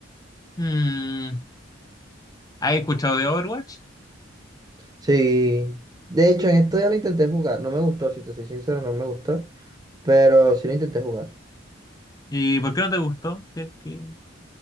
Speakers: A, on the left; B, on the right.
A: Mm, ¿has escuchado de Overwatch?
B: Sí. De hecho, en esto ya lo intenté jugar. No me gustó, si te soy sincero, no me gustó. Pero sí lo intenté jugar.
A: ¿Y por qué no te gustó? ¿Qué- qué?